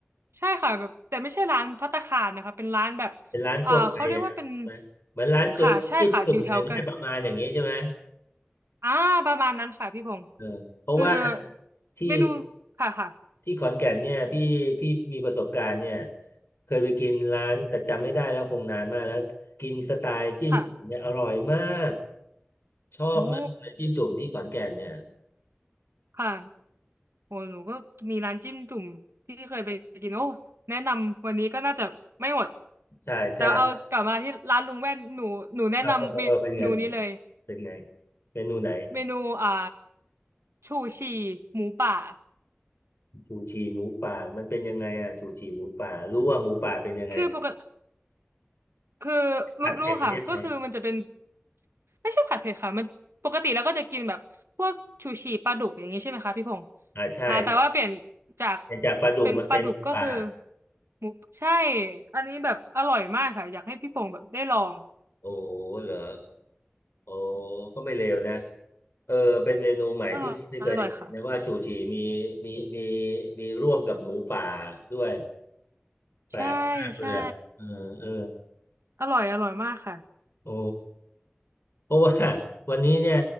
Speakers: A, on the right; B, on the left.
A: ใช่ค่ะแบบแต่ไม่ใช่ร้านภัตตาคารนะคะเป็นร้านแบบ
B: เป็นร้านทั่วไปอ่ะใช่ไหมเหมือนร้านจุจิ้มจุ่มอย่างเงี้ยประมาณอย่างเงี้ยใช่ไหม
A: อ่าเขาเรียกว่าเป็นค่ะใช่ค่ะอยู่แถวกัน อ่าประมาณนั้นค่ะพี่พงศ์
B: เออเพราะว่า
A: คือ
B: ที่
A: เมนูค่ะค่ะ
B: ที่ขอนแก่นเนี่ยพี่พี่มีประสบการณ์เนี่ยเคยไปกินร้านแต่จำไม่ได้แล้วคงนานมากแล้วกินสไตล์จิ้มจุ่มเนี่ยอร่อยมาก
A: ค่ะ
B: ชอบมากเลยจิ้มจุ่มที่ขอนแก่นเนี่ย
A: โอ้ค่ะโอ้หนูก็มีร้านจิ้มจุ่มที่เคยไปกินโอ้แนะนำวันนี้ก็น่าจะไม่หมด
B: ใช่ใช่
A: แต่เอากลับมาที่ร้านลุงแว่นหนูหนูแนะนำเมนูนี้เลย
B: เออเออเออเป็นยังไงเป็นยังไงเป็นไงเมนูไหน
A: เมนูอ่าชูชีหมูป่า
B: ชูชีหมูป่ามันเป็นยังไงอ่ะชูชีหมูป่ารู้ว่าหมูป่าเป็นยังไง
A: คือปกติ คือรู้รู้ค่ะก็คือมันจะเป็น
B: ผัดเผ็ดประเภทไหน
A: ไม่ใช่ผัดเผ็ดค่ะมันปกติแล้วก็จะกินแบบพวกชูชีปลาดุกอย่างนี้ใช่ไหมคะพี่พงษ์
B: อ่าใช่
A: อ่าแต่ว่าเปลี่ยนจาก
B: เป็นจากปลาดุกมาเป็นป่า
A: เป็นปลาดุกก็คือหมูใช่อันนี้แบบอร่อยมากค่ะอยากให้พี่พงษ์แบบได้ลอง
B: โอ้เหรอโอ้ก็ไม่เลวนะเออเป็นเมนูใหม่ที่ไม่เคยได้กินนะว่าชูชีมีมีมี
A: อร่อยอร่อยค่ะ
B: มีร่วมกับหมูป่าด้วยแปลกมากเลยอ่ะเออเออ
A: ใช่ใช่อร่อยอร่อยมากค่ะ
B: โอ้ เพราะว่า <laughs> วันนี้เนี่ย